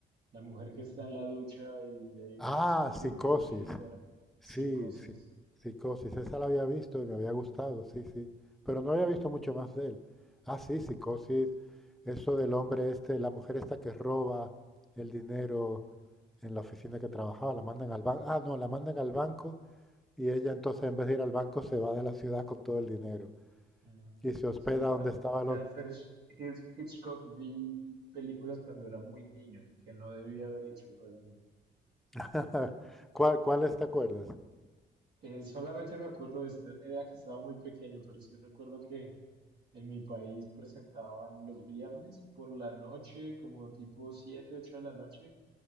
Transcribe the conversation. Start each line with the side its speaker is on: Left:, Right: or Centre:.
Right: la mujer que está en la ducha y hay
Centre: Ah,
Right: un asesino
Centre: Psicosis.
Right: con un cuchillo afuera. Psicosis.
Centre: Sí, sí. Psicosis. Esa la había visto y me había gustado, sí, sí. Pero no había visto mucho más de él. Ah, sí, Psicosis. Eso del hombre este, la mujer esta que roba el dinero en la oficina que trabajaba, la mandan al banco. Ah, no, la mandan al banco y ella entonces en vez de ir al banco se va de la ciudad con todo el dinero.
Right: Ah,
Centre: Y se hospeda
Right: sí, yo
Centre: donde estaba
Right: de
Centre: los...
Right: Alfred Hitch- Hitchcock vi películas cuando era muy niño, que no debía haber hecho realmente.
Centre: <laughs> ¿Cuál, ¿Cuáles te acuerdas?
Right: Eh, solamente me acuerdo de esto, era que estaba muy pequeño, pero sí recuerdo que en mi país presentaban los viernes por la noche, como tipo 7, 8 de la noche